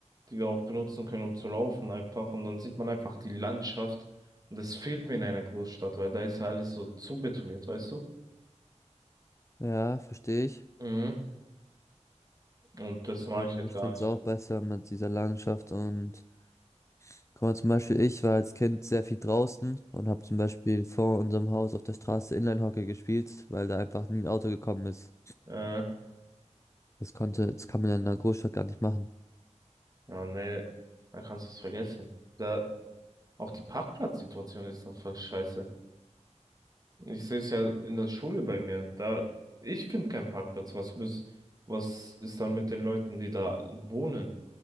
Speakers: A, on the right; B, on the left.
A: die wir auch benutzen können, um zu laufen einfach. Und dann sieht man einfach die Landschaft. Und das fehlt mir in einer Großstadt, weil da ist ja alles so zubetoniert, weißt du?
B: ja, verstehe ich.
A: Mhm. Und das mag
B: Ähm,
A: ich jetzt
B: ich
A: gar
B: finde
A: nicht.
B: es auch besser mit dieser Landschaft und guck mal, zum Beispiel ich war als Kind sehr viel draußen und habe zum Beispiel vor unserem Haus auf der Straße Inline-Hockey gespielt, weil da einfach nie ein Auto gekommen ist.
A: Äh,
B: Das konnte, das kann man ja in einer Großstadt gar nicht machen.
A: ja, nee, da kannst du es vergessen. Da, auch die Parkplatzsituation ist da voll scheiße. Ich sehe es ja in der Schule bei mir. Da, ich finde keinen Parkplatz. Was muss, was ist dann mit den Leuten, die da wohnen?